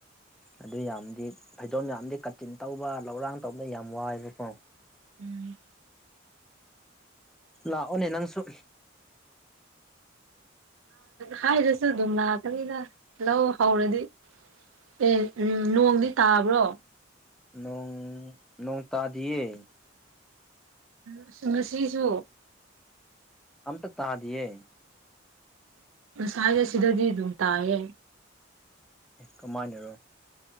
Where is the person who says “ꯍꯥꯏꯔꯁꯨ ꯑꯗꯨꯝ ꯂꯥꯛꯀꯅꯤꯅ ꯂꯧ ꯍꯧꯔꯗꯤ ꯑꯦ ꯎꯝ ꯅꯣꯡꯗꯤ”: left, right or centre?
Right